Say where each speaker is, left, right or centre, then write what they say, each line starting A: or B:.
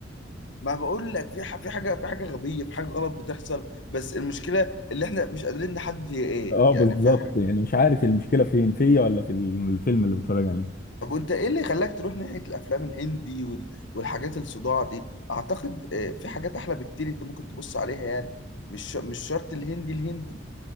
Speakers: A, on the left; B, on the left.
A: ما بقول لك في ح- في حاجه في حاجه غبيه في حاجه غلط بتحصل بس المشكله اللي احنا مش قادرين نحدد هي ايه
B: اه
A: يعني
B: بالظبط
A: فاهم
B: يعني مش عارف المشكله فين فيا ولا في الفيلم اللي بتفرج عليه
A: طب وانت ايه اللي خلاك تروح ناحيه الافلام الهندي وال... والحاجات الصداع دي اعتقد آه، في حاجات احلى بكتير انت ممكن تبص عليها يعني مش ش- مش شرط الهندي الهندي